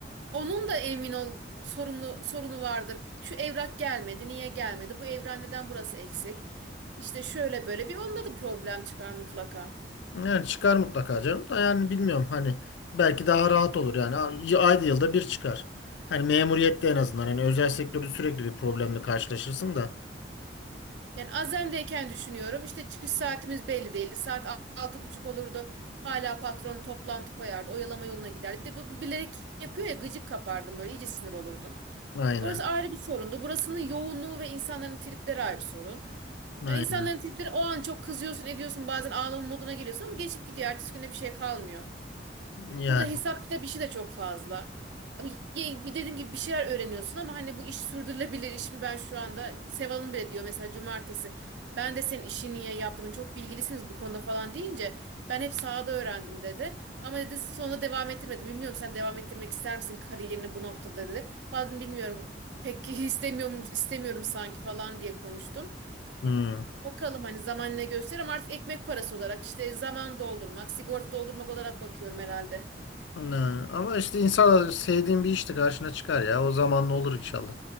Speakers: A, on the right; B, on the left.
A: Onun da emin ol sorunu sorunu vardır. Şu evrak gelmedi, niye gelmedi? Bu evrak neden burası eksik? İşte şöyle böyle bir onda da problem çıkar mutlaka.
B: Yani çıkar mutlaka canım da yani bilmiyorum hani belki daha rahat olur yani A- ayda yılda bir çıkar. Hani memuriyette en azından hani özel sektörde sürekli bir problemle karşılaşırsın da.
A: Yani Azem'deyken düşünüyorum işte çıkış saatimiz belli değildi. Saat a- altı buçuk olurdu. Hala patron toplantı koyardı. Oyalama yoluna giderdi. Bir de bu bu bilerek yapıyor ya gıcık kapardın böyle iyice sinir olurdun.
B: Aynen.
A: Orası ayrı bir sorundu. Burasının yoğunluğu ve insanların tripleri ayrı sorun.
B: Aynen.
A: Hani insanların tripleri o an çok kızıyorsun, ediyorsun, bazen ağlama moduna geliyorsun ama geçip gidiyor. Ertesi günde bir şey kalmıyor.
B: Yani.
A: Burada hesap kitap işi de çok fazla. Ama ye- Bir dediğim gibi bir şeyler öğreniyorsun ama hani bu iş sürdürülebilir iş mi ben şu anda Seval'ın bile diyor mesela cumartesi ben de senin işini niye yaptım Hani çok bilgilisiniz bu konuda falan deyince ben hep sahada öğrendim dedi ama dedi sonra devam ettirmedim bilmiyorum sen devam ettirmek ister misin kariyerini bu noktada dedi Vallahi dedim bilmiyorum pek <laughs> istemiyorum istemiyorum sanki falan diye konuştum
B: hı.
A: Bakalım hani zaman ne gösterir ama artık ekmek parası olarak işte zaman doldurmak, sigorta doldurmak olarak bakıyorum herhalde.
B: Yani. Ama işte inşallah sevdiğin bir işte karşına çıkar ya. O zaman ne olur inşallah.